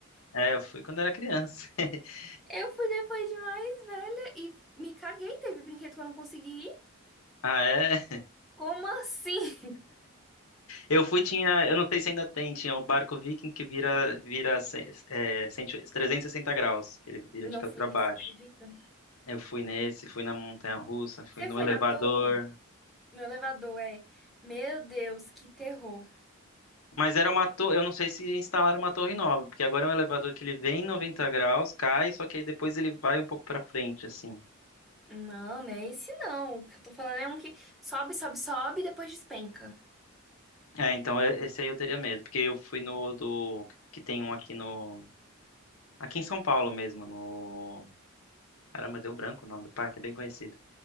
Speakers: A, on the left; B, in the centre.
A: É, eu fui quando era criança. <laughs>
B: Eu fui depois de mais velha e me caguei. Teve brinquedo que eu não consegui ir.
A: Ah, é.
B: Como assim? <laughs>
A: Eu fui, tinha, eu não sei se ainda tem, tinha o barco Viking que vira, vira ce- é, cento- 360 graus, que ele vira
B: Não
A: de cabeça
B: fui
A: para
B: nesse,
A: baixo.
B: acredita?
A: Eu fui nesse, fui na montanha-russa, fui
B: Você
A: no
B: foi
A: elevador.
B: na torre? No elevador é, meu Deus, que terror.
A: Mas era uma torre, eu não sei se instalaram uma torre nova, porque agora é um elevador que ele vem em 90 graus, cai, só que aí depois ele vai um pouco pra frente, assim.
B: Não, não é esse não. O que eu tô falando é um que sobe, sobe, sobe e depois despenca.
A: É, então e- esse aí eu teria medo, porque eu fui no do que tem um aqui no aqui em São Paulo mesmo, no Caramba, deu branco o nome do parque, é bem conhecido.